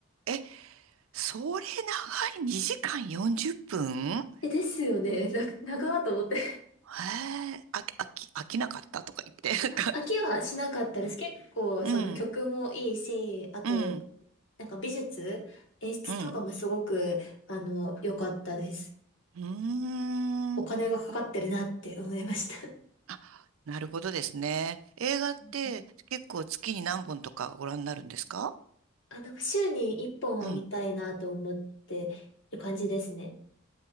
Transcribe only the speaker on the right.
え、それ長い2時間40分へ
え、飽き、飽き、飽きなかったとか言って、<laughs> なんか、
うん、
うん、
うん、
うーん。
あ、なるほどですね。映画って結構月に何本とかご覧になるんですか
うん、